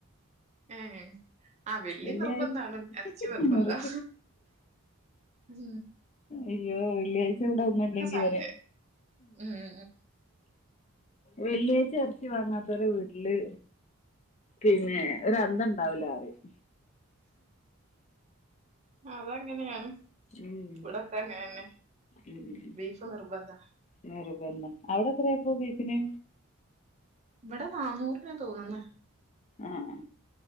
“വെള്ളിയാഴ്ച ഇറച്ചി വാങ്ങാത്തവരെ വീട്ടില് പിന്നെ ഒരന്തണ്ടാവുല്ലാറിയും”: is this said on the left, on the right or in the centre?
Left